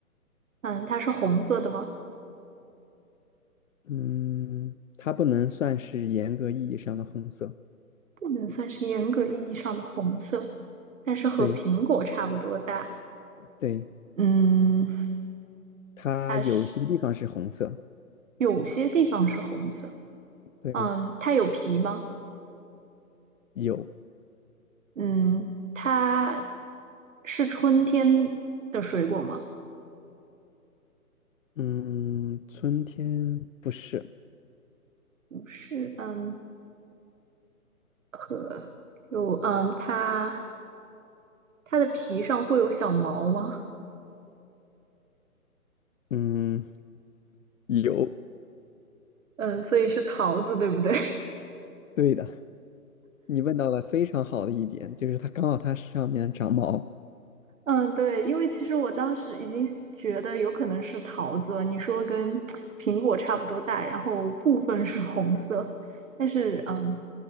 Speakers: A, on the right; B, on the left.
A: 嗯，它是红色的吗？
B: 嗯，它不能算是严格意义上的红色。
A: 不能算是严格意义上的红色，但是和苹果差不多大。
B: 对对，
A: 嗯，
B: 它有些地方是红色。
A: 它是有些地方是红色。
B: 对，
A: 嗯，它有皮吗？
B: 有，
A: 嗯，它是春天的水果吗？
B: 嗯，春天不是，
A: 不是嗯可有嗯，它它的皮上会有小毛吗？
B: 嗯，有，
A: 嗯，所以是桃子，对不对？
B: 对的，你问到了非常好的一点，就是它刚好它上面长毛。
A: <laughs> 嗯，对，因为其实我当时已经觉得有可能是桃子了。你说跟苹果差不多大，然后部分是红色，但是嗯，